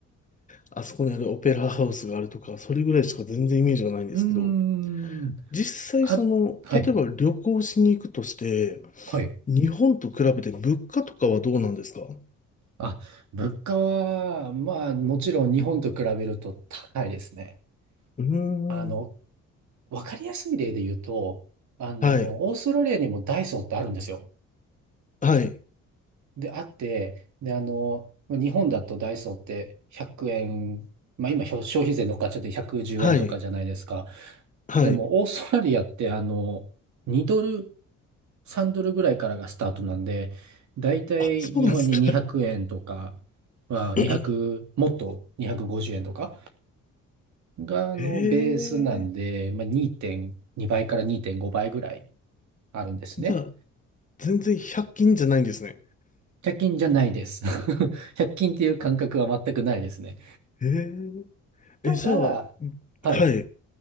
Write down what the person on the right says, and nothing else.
うーん。
あ、はい。
はい。
あ、物価は、まあ、もちろん日本と比べると高いですね。
あの、わかりやすい例で言うと、あの、
オーストラリアにもダイソーってあるんですよ。
で、あって、で、あの、日本だとダイソーって100円、まあ今消消費税乗っかっちゃって110円とかじゃないですか。
でも、オーストラリアって、あの、2ドル、3ドルぐらいからがスタートなんで、だいたい日本に200円とか、
まあ2
0もっと250円とかが、あの、
ベースなんで、まあ2.2倍から2.5倍ぐらいあるんですね。
100均じゃないです。<laughs> 100均っていう感覚は全くないですね。
ただ、
はい、